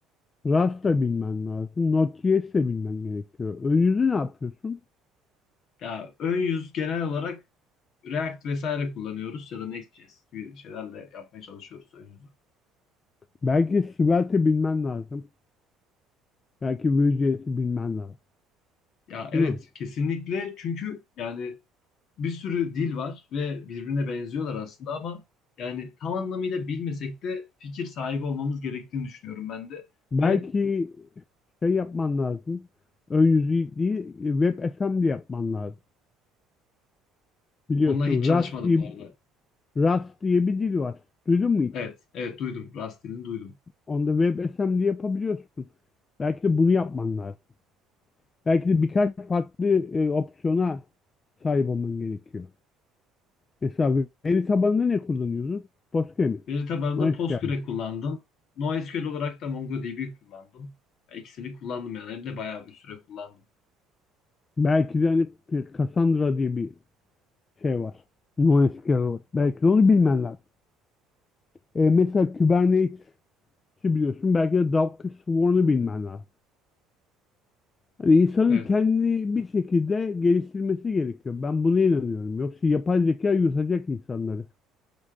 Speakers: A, on the left; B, on the left.
A: Rust da bilmen lazım. Node.js de bilmen gerekiyor. Ön yüzü ne yapıyorsun?
B: Ya ön yüz genel olarak React vesaire kullanıyoruz ya da Next.js gibi şeylerle yapmaya çalışıyoruz ön
A: Belki Svelte bilmen lazım. Belki Vue.js'i bilmen lazım.
B: Ya
A: Değil
B: evet
A: mi?
B: kesinlikle çünkü yani bir sürü dil var ve birbirine benziyorlar aslında ama yani tam anlamıyla bilmesek de fikir sahibi olmamız gerektiğini düşünüyorum ben de.
A: Belki
B: Ve
A: şey yapman lazım. Ön yüzü değil, WebAssembly yapman lazım. Biliyorsun
B: onunla hiç çalışmadım
A: Rust diye,
B: bu arada.
A: Rust diye bir dil var. Duydun mu hiç?
B: Evet, evet duydum. Rust dilini duydum.
A: Onda WebAssembly yapabiliyorsun. Belki de bunu yapman lazım. Belki de birkaç farklı e, opsiyona sahip olman gerekiyor. Mesela veri tabanında ne kullanıyorsun? Postgre mi?
B: Veri tabanında
A: MySQL.
B: Postgre kullandım. NoSQL olarak da MongoDB kullandım. Ya İkisini kullandım yani. Hem de bayağı bir süre kullandım.
A: Belki de hani e, Cassandra diye bir şey var. NoSQL var. Belki de onu bilmen lazım. E, mesela Kubernetes Ki biliyorsun belki de Doug Swarm'u bilmen lazım. Hani insanın
B: Evet.
A: kendini bir şekilde geliştirmesi gerekiyor. Ben buna inanıyorum. Yoksa yapay zeka yutacak insanları.